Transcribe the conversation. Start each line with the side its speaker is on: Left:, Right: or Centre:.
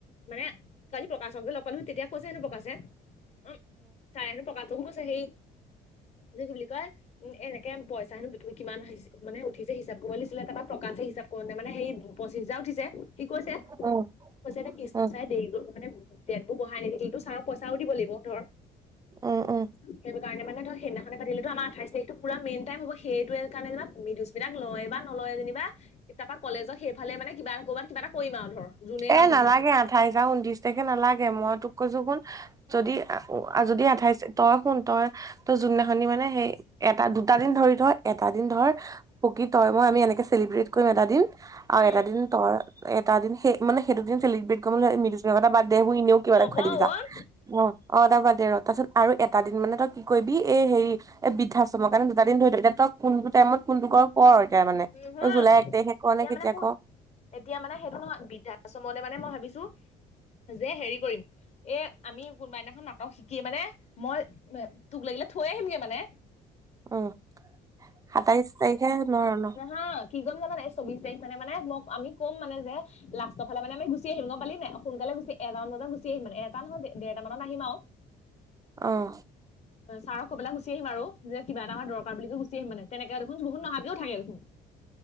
Left: মানে কালি প্ৰকাশকো লগ পালো তেতিয়া কৈছে নো প্ৰকাশে উম চাই হেনো পকাটো গৈছে সেই কি বুলি কয় উ এনেকে পইচা হেনো তুমি কিমান হৈছে মানে উঠিছে হিচাপ কৰিব দিছিলে তাপা প্ৰকাশে হিচাপ কৰোতে মানে হেৰি পচিছ হাজাৰ উঠিছে। কি কৈছে
Right: উম
Left: কৈছে এতো কৃষ্ণ
Right: উম
Left: চাই দেৰি ক মানে দিয়াতো বঢ়াই নিদিবি কিন্তু চাৰক পইচাও দিব লাগিব ধৰ
Right: উ উ
Left: সেইটো কাৰণে মানে ধৰ সেইদিনাখনে পতিলেতো আমাৰ আঠাই তাৰিখটো পোৰা মেইন টাইম হব সেই ট কাৰণে যেনিবা মৃদুস্মিতাক লয় বা নলয় যেনিবা তাৰাপা কলেজত সেইফালে মানে কিবা এটা ক'ৰবাত কিবা এটা কৰিম আৰু ধৰ যোনেই মানুহ
Right: এ নালাগে
Left: নাথাকক
Right: আঠাইছ আৰু উনত্ৰিশ তাৰিখে নালাগে মই তোক কৈছো কুন যদি যদি আঠাইছ তই শুন তই তই যোনদিনাখনি মানে সেই এটা দুটা দিন ধৰি তই এটা দিন ধৰ পকি তই মই আমি এনেকে চেলিব্ৰেট কৰিম এটা দিন আৰু
Left: উম
Right: এটা দিন ত এটা দিন সেই মানে সেইটোদিন চেলিব্ৰেট কৰিব নালাগে মৃদুস্মিতা কথা বাদ দে এনেও কিবা
Left: নকওঁ
Right: এটা খুৱাই দিবি
Left: অ'
Right: যা অ' তাৰ বাদে ৰ তাৰপিছত আৰু এটা দিন মানে তই কি কৰিবি এই হেৰি এই বৃদ্ধাশ্ৰমৰ কাৰণে দুটা দিন ধৰি থ, এতিয়া তই কোনটো টাইমত কোনটো কৰ কৰ। এতিয়া মানে
Left: <unintelligible>
Right: তই জুলাই এক তাৰিখে কৰ
Left: এতিয়া
Right: নে কেতিয়া
Left: মানে শুন
Right: কৰ
Left: এতিয়া মানে সেইটো নহয় বৃদ্ধা তাচত মানে মই ভাবিছো যে, হেৰি কৰিম এ আমি কোনোবা এদিনাখন নাটক শিকি মানে মই তোক লাগিলে থৈ আহিমগে মানে
Right: উম' সাতাইশ তাৰিখে নোৱাৰ
Left: নহয় কি কৰিম জান নাই চৌবিশ তাৰিখ মানে মানে মই আমি কম মানে যে লাষ্টৰফালে মানে আমি গুচি আহিম গম পালিন নাই সোনকালে গুছি এটা মান বজাত গুচি আহিম, এটা নহয় দেৰটা মানত আহিম আৰু
Right: অঁ
Left: চাৰক কৈ পেলাই গুচি আহিম আৰু যে কিবা এটা আমাৰ দৰকাৰ বুলি কৈ গুচি আহিম মানে তেনেকে দেখোন বহুত নহাকেও থাকে। উ'